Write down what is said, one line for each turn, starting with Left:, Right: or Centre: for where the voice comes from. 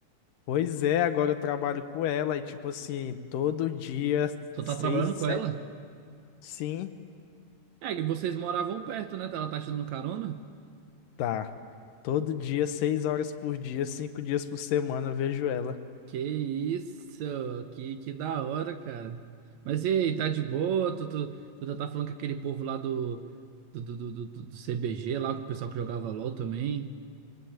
Left: Pois é, agora eu trabalho com ela e, tipo assim, todo dia,
Right: Tu
Left: seis,
Right: tá trabalhando com
Left: sete.
Right: ela?
Left: Sim.
Right: É, que vocês moravam perto, né? Ela tá te dando carona?
Left: Tá. Todo dia, seis horas por dia, cinco dias por semana, eu vejo ela.
Right: Que isso, que, que da hora, cara. Mas e aí, tá de boa? Tu, tu, tu já tá falando com aquele povo lá do, do, do, do, do- do CBG, lá, com o pessoal que jogava LOL também.